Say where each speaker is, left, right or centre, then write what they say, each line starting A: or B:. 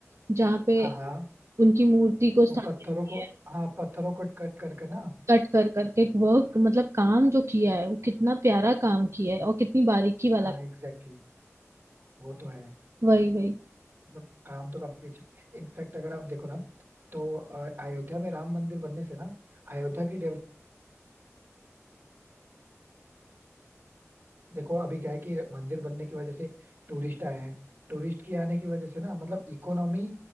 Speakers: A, on the right (about 65°); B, on the right (about 40°).
A: जहाँ पे
B: हाँ हाँ
A: उनकी मूर्ति को स्थापित
B: वो पत्थरों
A: किया
B: को
A: है
B: हाँ पत्थरों को कट कर कर ना
A: कट कर करके वर्क मतलब काम जो किया है वो कितना प्यारा काम किया है और कितनी बारीकी वाला
B: हाँ एग्जैक्टली exactly, वो तो है
A: वही वही
B: मतलब काम तो काफी अच्छा इनफैक्ट अगर आप देखो ना तो अ, अयोध्या में राम मंदिर बनने से ना अयोध्या की देखो अभी क्या है कि मंदिर बनने की वजह से टूरिस्ट आए हैं टूरिस्ट के आने की वजह से ना मतलब इकोनॉमी